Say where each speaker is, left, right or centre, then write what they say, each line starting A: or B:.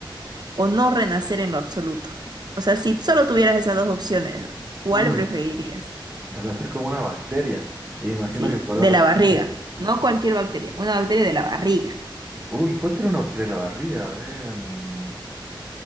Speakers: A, on the right; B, on the right.
A: o no renacer en lo absoluto? O sea, si solo tuvieras esas dos opciones, ¿cuál
B: Uy,
A: preferirías?
B: renacer como una bacteria. E imagino
A: Sí,
B: que podrá
A: de
B: renacer.
A: la barriga, no cualquier bacteria, una bacteria de la barriga.
B: Uy, ¿cuál sería una bacteria en la barriga? A ver. mm,